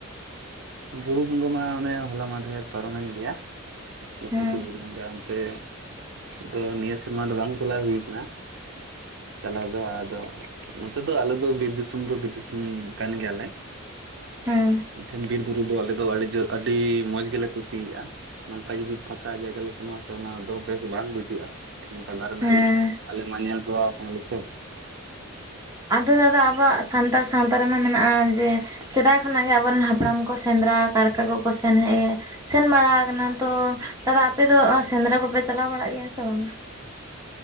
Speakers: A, on the right; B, on the right.
A: ᱵᱩᱨᱩ ᱵᱚᱸᱜᱟ ᱢᱟ ᱚᱱᱮ ᱦᱚᱞᱟ ᱢᱟᱱᱫᱷᱮᱨ ᱯᱟᱨᱚᱢᱮᱱ ᱜᱮᱭᱟ ᱞᱟᱹᱴᱩᱠᱤ
B: ᱦᱮᱸ
A: ᱵᱩᱨᱩ ᱵᱚᱸᱜᱟ ᱚᱱᱛᱮ ᱫᱚ ᱱᱤᱭᱟᱹ ᱥᱮᱨᱢᱟ ᱫᱚ ᱵᱟᱝ ᱪᱟᱞᱟᱣ ᱦᱩᱭ ᱟᱠᱟᱱᱟ ᱪᱟᱞᱟᱣ ᱫᱚ ᱟᱫᱚ ᱱᱚᱛᱮ ᱫᱚ ᱟᱞᱮ ᱫᱚ ᱵᱤᱨ ᱫᱤᱥᱚᱢ ᱫᱚ ᱵᱤᱨ ᱫᱤᱥᱚᱢ ᱠᱟᱱ ᱜᱮᱭᱟᱞᱮ
B: ᱦᱮᱸ
A: ᱤᱠᱷᱟᱹᱱ ᱵᱤᱨ ᱵᱩᱨᱩ ᱫᱚ ᱟᱞᱮ ᱫᱚ ᱟᱹᱰᱤ ᱟᱹᱰᱤ ᱢᱚᱡᱽ ᱜᱮᱞᱮ ᱠᱩᱥᱤᱭᱟᱜᱼᱟ ᱚᱠᱟ ᱡᱩᱫᱤ ᱯᱷᱟᱸᱠᱟ ᱡᱟᱭᱜᱟ ᱞᱮ ᱥᱮᱱᱚᱜᱼᱟ ᱥᱮ ᱚᱱᱟ ᱫᱚ ᱵᱮᱥ ᱵᱟᱝ ᱵᱩᱡᱷᱟᱹᱜᱼᱟ ᱚᱱᱠᱟ ᱫᱟᱨᱮ
B: ᱦᱮᱸ
A: ᱱᱟᱹᱲᱤ ᱟᱞᱮ ᱢᱟ ᱧᱮᱞ ᱦᱮᱣᱟ ᱟᱠᱟᱱᱟ ᱞᱮ ᱥᱮ
B: ᱟᱫᱚ ᱫᱟᱫᱟ ᱟᱵᱚᱣᱟᱜ ᱥᱟᱱᱛᱟᱲ ᱥᱟᱶᱛᱟ ᱨᱮᱢᱟ ᱢᱮᱱᱟᱜᱼᱟ ᱡᱮ ᱥᱮᱫᱟᱭ ᱠᱷᱚᱱᱟᱜ ᱜᱮ ᱟᱵᱚᱨᱮᱱ ᱦᱟᱯᱲᱟᱢ ᱠᱚ ᱥᱮᱸᱫᱽᱨᱟ ᱠᱟᱨᱠᱟ ᱠᱚᱠᱚ ᱥᱮᱱᱦᱮᱡ ᱥᱮᱱ ᱵᱟᱲᱟ ᱟᱠᱟᱱᱟ ᱛᱚ ᱫᱟᱫᱟ ᱟᱯᱮ ᱫᱚ ᱥᱮᱸᱫᱽᱨᱟ ᱠᱚᱯᱮ ᱪᱟᱞᱟᱣ ᱵᱟᱲᱟᱜ ᱜᱮᱭᱟ ᱥᱮ ᱵᱟᱝ